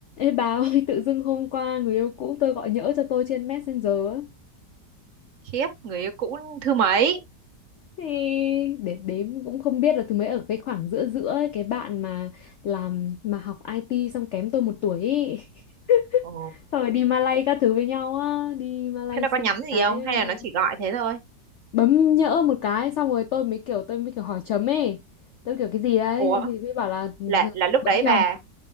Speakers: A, on the left (about 65°); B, on the right (about 55°).
A: Ê bà <laughs> ơi, tự dưng hôm qua người yêu cũ tôi gọi nhỡ cho tôi trên Messenger á.
B: khiếp người yêu cũ thứ mấy
A: Thì để đếm cũng không biết là thứ mấy ở cái khoảng giữa giữa ấy, cái bạn mà làm mà học IT xong kém tôi một tuổi ấy.
B: ồ
A: <laughs> Xong rồi đi Malay các thứ với nhau á, đi Malay
B: thế nó
A: sinh
B: có nhắn gì
A: cái
B: không
A: với
B: hay
A: nhau.
B: là nó chỉ gọi thế thôi
A: Bấm nhỡ một cái xong rồi tôi mới kiểu tôi mới kiểu hỏi chấm ấy. Tôi mới kiểu cái gì đấy
B: ủa
A: thì, thì mới bảo là ừ,
B: là là lúc
A: bấm
B: đấy
A: nhầm.
B: bà
A: Lúc